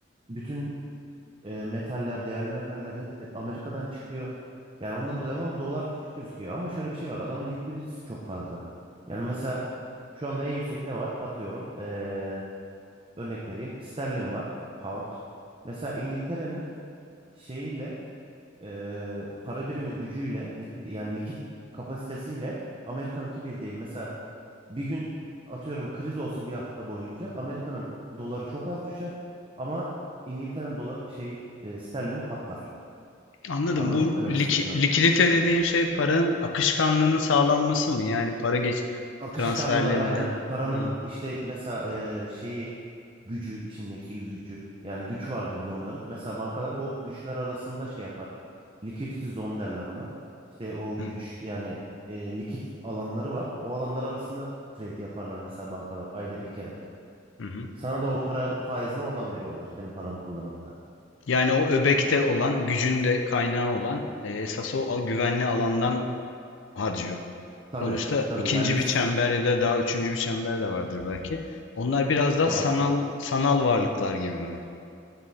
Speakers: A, on the right; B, on the left.
A: bütün e, metaller, değerli metaller hepsi Amerika'dan çıkıyor. Yani ondan dolayı ama dolar düşük gözüküyor. Ama şöyle bir şey var. Adamın likviditesi çok fazla. Yani mesela şu anda en yüksek ne var? Atıyorum. eee, örnek vereyim. Sterlin var. Pound. Mesela İngiltere'nin şeyiyle eee, para birimi gücüyle likit, yani likit kapasitesiyle Amerika'nınki bir değil. Mesela bir gün atıyorum kriz olsa bir hafta boyunca Amerika'nın po- doları çok az düşer ama İngiltere'nin doları şey e, sterlini patlar.
B: Anladım.
A: Anladın
B: Bu
A: mı demek
B: lik-
A: istediğimi?
B: likidite dediğin şey paranın akışkanlığının sağlanması mı? Yani para geç
A: Akışkanlığı
B: transferlerinde.
A: aynen paranın
B: Hı,
A: işte mesela e, şeyi gücü içindeki gücü yani güç vardır bir de onların. Mesela bankalar o güçler arasında şey yapar. Liquidity zone derler ona. İşte o
B: hı,
A: güç yani e, likit alanları var. O alanlar arasında trade yaparlar mesela bankalar ayda bir kere.
B: hı hı.
A: Sana da o paranın faizini oradan veriyorlar senin paranı kullanıp da.
B: Yani o öbekte olan, gücün de kaynağı olan, e, esas o al- güvenli alandan harcıyor.
A: Tabii
B: Sonuçta
A: tabii
B: ikinci
A: yani biz
B: bir çember ya da daha üçüncü bir çember de vardır belki. Onlar biraz daha
A: var.
B: sanal sanal varlıklar gibi mi?